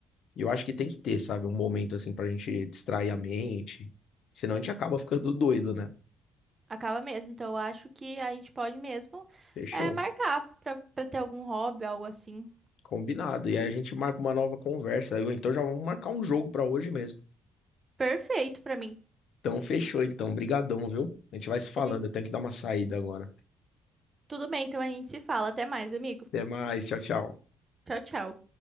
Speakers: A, on the left; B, on the right.
A: E eu acho que tem que ter, sabe, um momento assim pra gente distrair a mente. Senão a gente acaba ficando doido, né?
B: Acaba mesmo. Então eu acho que a gente pode mesmo
A: Fechou.
B: é, marcar pra, pra ter algum hobby, algo assim.
A: Combinado. E aí a gente marca uma nova conversa. Eu, então já vamos marcar um jogo pra hoje mesmo.
B: Perfeito pra mim.
A: Então, fechou, então. Brigadão, viu? A gente vai se falando.
B: Eu te-
A: Eu tenho que dar uma saída agora.
B: Tudo bem, então a gente se fala. Até mais, amigo.
A: Até mais. Tchau, tchau.
B: Tchau, tchau.